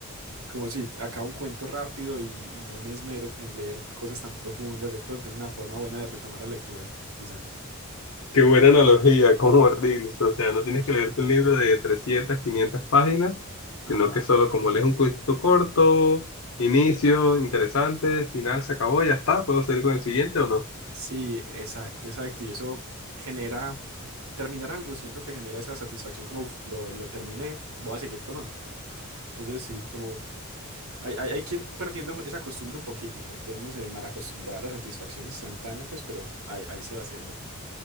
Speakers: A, on the right; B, on the left.
A: como si acabo un cuento rápido y, y no me esmero en leer cosas tan profundas, de pronto es una forma buena de retomar la lectura, quizá.
B: Qué buena analogía, <laughs> como Reels.
A: Sí.
B: O sea, no
A: Ver-
B: tienes que leerte un libro de 300, 500 páginas,
A: Ajá.
B: sino que solo como lees un cuento corto, inicio, interesante, final, se acabó, ya está, puedo seguir con el siguiente o no.
A: Sí, exacto, exacto. Y eso genera, terminar algo, siento que genera esa satisfacción como, "Uf, lo, lo terminé, voy a seguir con otro. Entonces, sí, como Hay, hay, hay que ir perdiendo esa costumbre un poquito, porque uno se mal acostumbraba a la satisfacción instantánea, pues, pero ahí, ahí se va haciendo.